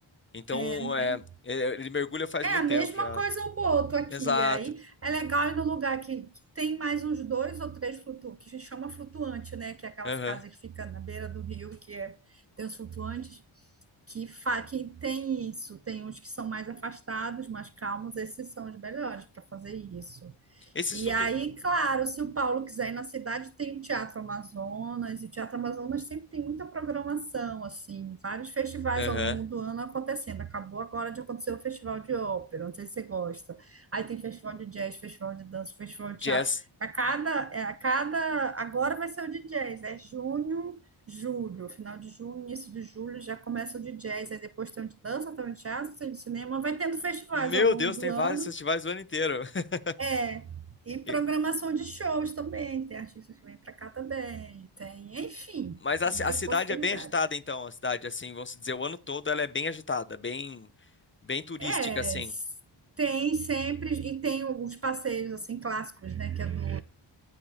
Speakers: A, on the left; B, on the right.
A: Então,
B: É, né?
A: é, ele ele mergulha faz
B: É
A: muito
B: a mesma
A: tempo já.
B: coisa o boto aqui.
A: Exato.
B: Aí é legal ir no lugar que, que tem mais uns dois ou três flutuantes, que a gente chama flutuante, né? Que é aquelas
A: Aham.
B: casas que ficam na beira do rio, que é, tem os flutuantes, que, fa, que tem isso. Tem uns que são mais afastados, mais calmos, esses são os melhores para fazer isso.
A: Esse
B: E
A: estudo.
B: aí, claro, se o Paulo quiser ir na cidade, tem o Teatro Amazonas, e o Teatro Amazonas sempre tem muita programação, assim, vários festivais
A: Aham.
B: ao longo do ano acontecendo. Acabou agora de acontecer o Festival de Ópera, não sei se você gosta. Aí tem Festival de Jazz, Festival de Dança, Festival de
A: Jazz.
B: Teatro. A cada, é, a cada, agora vai ser o de Jazz, é junho, julho, final de junho, início de julho, já começa o de Jazz, aí depois tem o de dança, tem o de teatro, tem o de cinema, vai tendo festivais
A: Meu
B: ao longo
A: Deus,
B: do
A: tem
B: ano.
A: vários festivais o ano inteiro. <laughs>
B: É, e programação
A: E-
B: de shows também, tem artistas que vêm para cá também, tem, enfim,
A: Mas a,
B: muitas
A: ci- a cidade
B: possibilidades.
A: é bem agitada, então. A cidade, assim, vamos dizer, o ano todo ela é bem agitada, bem, bem turística,
B: É,
A: assim.
B: s- tem sempre, e tem os passeios assim clássicos, né, que é do,